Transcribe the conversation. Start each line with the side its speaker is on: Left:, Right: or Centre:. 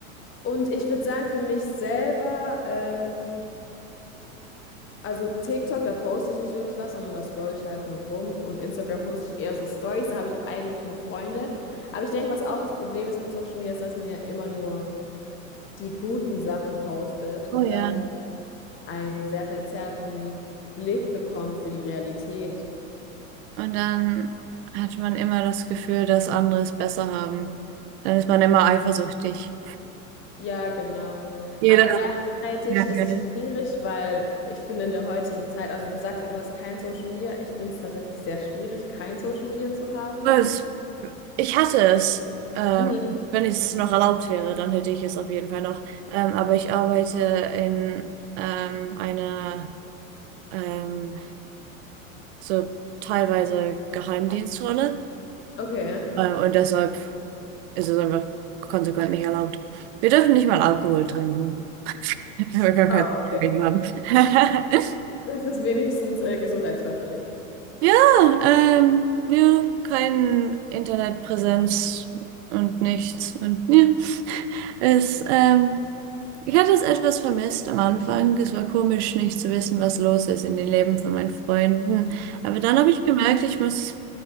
Left: Und ich würde sagen, für mich selber, ähm, also TikTok, da poste ich nicht wirklich was, sondern da scroll ich halt nur rum. Und Instagram poste ich eher so Stories, da habe ich auch eigentlich nur Freunde. Aber ich denke, was auch das Problem ist mit Social Media, ist, dass man ja immer nur die guten Sachen postet und
Right: Oh ja.
Left: dadurch einen sehr verzerrten Blick bekommt für die Realität.
Right: Und dann hat man immer das Gefühl, dass andere es besser haben. Dann ist man immer eifersüchtig.
Left: Ja, genau.
Right: Jeder
Left: Aber gleichzeitig
Right: hat mehr
Left: ist
Right: Geld.
Left: es schwierig, weil ich finde in der heutigen Zeit, also du sagst ja, du hast kein Social Media. Ich finde es tatsächlich sehr schwierig, kein Social Media zu haben.
Right: Es- Ich hatte es. Ähm,
Left: Mhm.
Right: wenn es noch erlaubt wäre, dann hätte ich es auf jeden Fall noch. Ähm, aber ich arbeite in ähm, einer ähm, so teilweise Geheimdienstrolle.
Left: Okay.
Right: Äh, und deshalb ist es einfach konsequent nicht erlaubt. Wir dürfen nicht mal Alkohol trinken. <laughs> Wir können
Left: Oh,
Right: kein Problem
Left: okay.
Right: haben. <laughs>
Left: Das ist wenigstens äh, gesundheitsförderlich,
Right: Ja, ähm, ja, keine Internetpräsenz und nichts. Und ja, es, ähm, ich hatte es etwas vermisst am Anfang. Es war komisch, nicht zu wissen, was los ist in den Leben von meinen Freunden. Aber dann habe ich gemerkt, ich muss